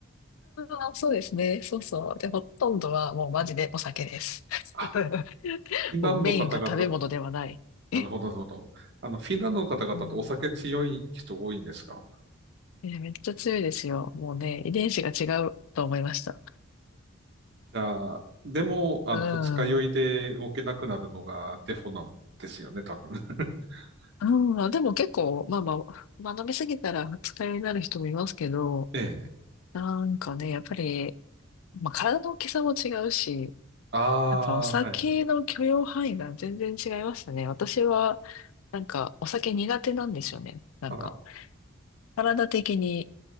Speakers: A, on the left (about 80°); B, on the right (about 55°).
A: あーそうですね。そうそう。で、ほとんどはもうマジでお酒です。
B: <laughs> あ、
A: <laughs>
B: フィンランドの方々、
A: もうメインが食べ物ではない。
B: なるほど、
A: え、
B: なるほど。あの、フィンランドの方々ってお酒強い人多いんですか
A: うん。いやめっちゃ強いですよ。もうね、遺伝子が違うと思いました。
B: じゃあ、でも、あの、
A: うん。
B: 二日酔いで動けなくなるのがデフォなんですよね、多分。<laughs>
A: うん、でも結構、まあまあ、まあ飲みすぎたら二日酔いになる人もいますけど、
B: ええ。
A: なんかね、やっぱり、まあ体の大きさも違うし、
B: あ
A: やっぱお酒の許容範囲が全然違いましたね。
B: あ、はい。
A: 私は、なんかお酒苦手なんですよね。なんか、
B: あら。
A: 体的に